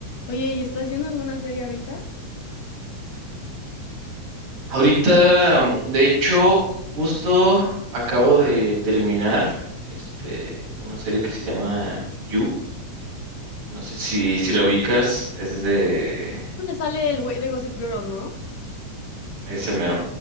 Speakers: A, on the left (about 55°); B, on the right (about 90°).
A: Oye, ¿y estás viendo alguna serie ahorita?
B: Ahorita, mm, de hecho, justo acabo de terminar este, una serie que se llama You. No sé si, si la ubicas, es de
A: ¿Dónde sale el güey de Gossip Girl, no?
B: ese mero.